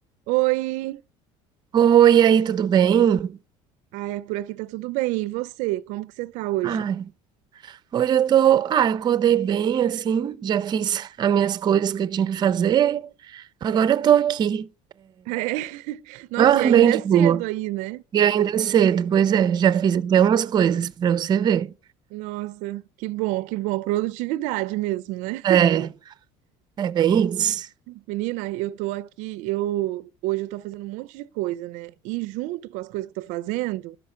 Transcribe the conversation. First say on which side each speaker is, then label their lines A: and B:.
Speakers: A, on the right; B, on the right.
A: Oi!
B: Oi, e aí, tudo bem?
A: Ai, é, por aqui tá tudo bem. E você? Como que você tá hoje?
B: Ai, hoje eu tô, ah, acordei bem assim, já fiz as minhas coisas que eu tinha que fazer. Agora eu tô aqui.
A: É. <laughs> Nossa,
B: Ah,
A: e ainda
B: bem
A: é
B: de
A: cedo
B: boa.
A: aí, né?
B: E ainda é cedo, pois é, já fiz até umas coisas para você ver.
A: Nossa, que bom, que bom. Produtividade mesmo, né?
B: É, é bem isso.
A: Menina, eu tô aqui, eu hoje eu tô fazendo um monte de coisa, né? E junto com as coisas que eu tô fazendo,